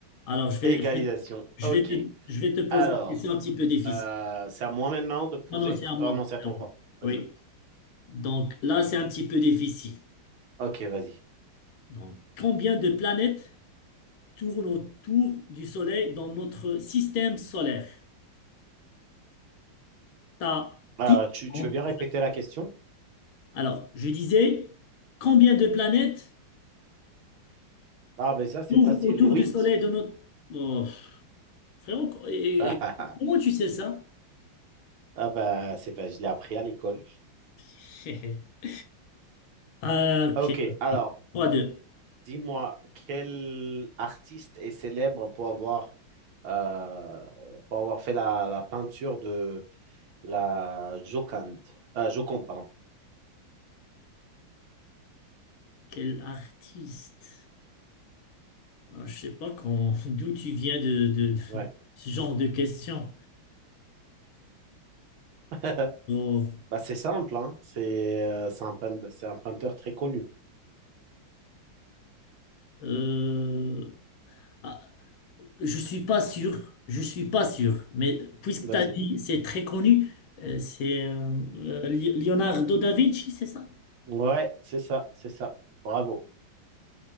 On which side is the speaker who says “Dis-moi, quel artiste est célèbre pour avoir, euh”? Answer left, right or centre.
Right